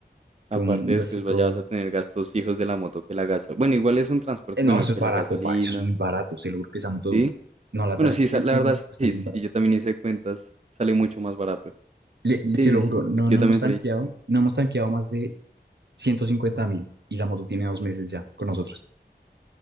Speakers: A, on the right; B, on the right.
A: Aparte,
B: Fue un
A: después
B: gustico.
A: vaya, vas a tener gastos fijos de la moto que la gasolina. Bueno, igual es un transporte,
B: Eh, no,
A: bueno,
B: eso
A: que
B: es barato,
A: la gasolina,
B: pa. Eso es muy barato. Se lo juro que esa moto
A: ¿sí?
B: no la
A: Bueno,
B: tan-
A: sí, sa-
B: eh,
A: la
B: le
A: verdad,
B: hemos, está
A: sí,
B: muy
A: sí,
B: barato.
A: yo también hice cuentas, sale mucho más barato.
B: Le- le-
A: Sí,
B: se lo
A: sí,
B: juro,
A: sí,
B: no,
A: yo, yo
B: no
A: también
B: hemos tanqueado,
A: por ahí he hecho cuentas.
B: no hemos tanqueado más de 150 mil y la moto tiene dos meses ya con nosotros.